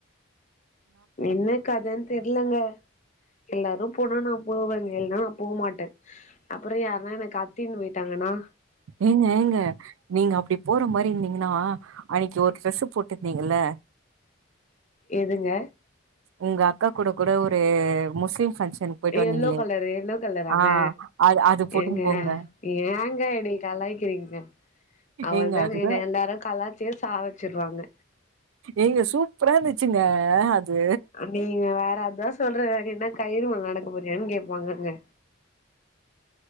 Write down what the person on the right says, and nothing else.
ஏங்க ஏங்க நீங்க அப்புடி போற மாரி இருந்தீங்னா அன்னைக்கு ஒரு ட்ரெஸ் போட்டுருந்தீங்கலே
உங்க அக்கா கூட கூட ஒரு முஸ்லிம் ஃபங்க்ஷனுக்கு போயிட்டு வந்தீங்களே
ஆ அது அது போட்டுன்னு
போங்க
ஏங்க
அதுதா
எங்க சூப்பரா இருந்துச்சுங்க அது.